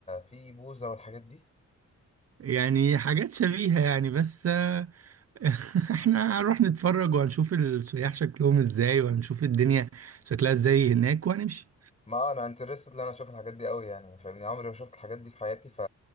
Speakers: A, on the left; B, on the right.
A: فيه بوذا والحاجات دي
B: يعني حاجات شبيهة يعني بس آه، <laughs> احنا هنروح نتفرج وهنشوف السياح شكلهم ازاي وهنشوف الدنيا شكلها ازاي هناك وهنمشي
A: ما انا انترستد ان انا اشوف الحاجات دي قوي يعني فاهمني عمري ما شفت الحاجات دي في حياتي ف